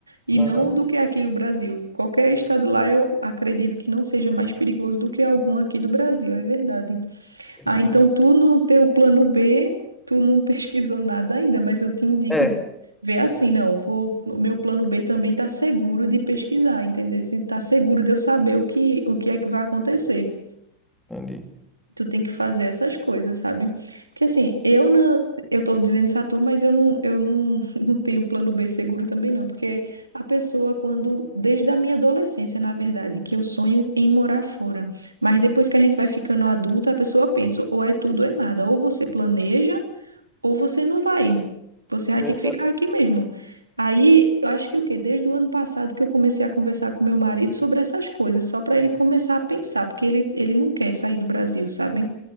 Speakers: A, on the right; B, in the centre.
A: E
B: Aham.
A: não do que aqui no Brasil. Qualquer estado lá, eu acredito que não seja mais perigoso do que algum aqui do Brasil, é verdade.
B: Verdade.
A: Ah, então tu no teu plano B, tu não pesquisou nada ainda, mas eu te indico
B: É,
A: de ver assim, não, vou, o meu plano B também tá seguro de pesquisar, entender? Se tá seguro de eu saber o que, o que é que vai acontecer
B: entendi.
A: tu tem que fazer essas coisas, sabe? Porque assim, eu não, eu tô dizendo Satu, mas eu não, eu não, <laughs> não tenho plano B seguro também não, porque a pessoa quando, desde a minha adolescência, na verdade, que eu sonho em morar fora, mas depois que a gente vai ficando adulto, a pessoa pensa, ou é tudo ou é nada, ou você planeja, ou você não vai. Você vai
B: Verdade.
A: ter que ficar aqui mesmo. Aí, eu acho que o quê? Desde o ano passado que eu comecei a conversar com meu marido sobre essas coisas, só para ele começar a pensar, porque ele, ele não quer sair do Brasil, sabe?